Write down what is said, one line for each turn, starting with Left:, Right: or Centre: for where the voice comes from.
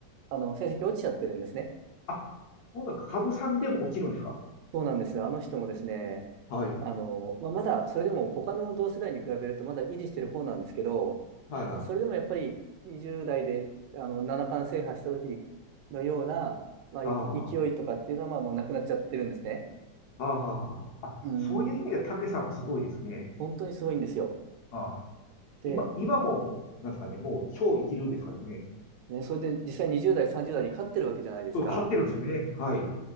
Right: あの、成績落ちちゃってるんですね。
Left: あ、そうなんか、羽生さんでも落ちるんですか
Right: そうなんですよ。あの人もですね、
Left: はい、
Right: あの、まあ、まだ、それでも他の同世代に比べるとまだ維持してる方なんですけど、
Left: はい、
Right: まあ、
Left: はい。
Right: それでもやっぱり20代で、あの、七冠制覇した時にのような、まあ、
Left: はあ、
Right: い勢いとかっていうのは、
Left: は
Right: まあ、もうなくなっちゃってるんですね。
Left: あ、はあ。あ、
Right: うーん、
Left: そういう意味では、たけさんはすごいですね。
Right: 本当にすごいんですよ。
Left: ああ、
Right: で、
Left: 今、今も、なんですかね、もう超一流ですからね。
Right: ね、それで実際20代、30代に勝ってるわけじゃないですか。
Left: これ勝ってるんですよね。はい。